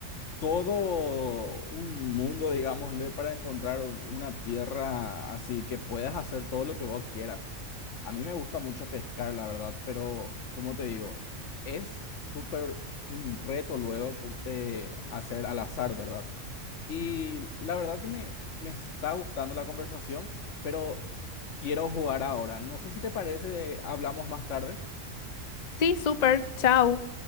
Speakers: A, on the left; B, on the left.
A: todo un mundo, digámosle, para encontrar una tierra así que puedas hacer todo lo que vos quieras. A mí me gusta mucho pescar, la verdad, pero como te digo, es súper un reto luego como, eh, hacer al azar, ¿verdad? Y la verdad que me, me está gustando la conversación, pero quiero jugar ahora. No sé si te parece, hablamos más tarde.
B: Sí, súper, chao.